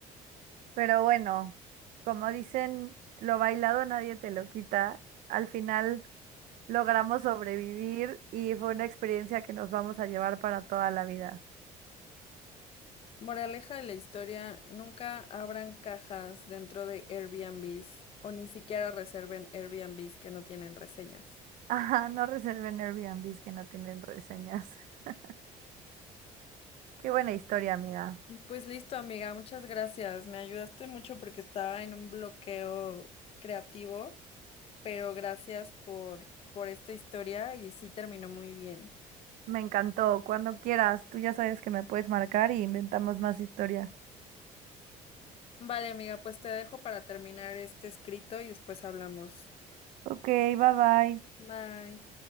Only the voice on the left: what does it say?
Moraleja de la historia, nunca abran cajas dentro de Airbnbs o ni siquiera reserven Airbnbs que no tienen reseñas.
Pues listo, amiga, muchas gracias. Me ayudaste mucho porque estaba en un bloqueo creativo, pero gracias por, por esta historia y sí terminó muy bien.
Vale, amiga, pues te dejo para terminar este escrito y después hablamos.
Bye.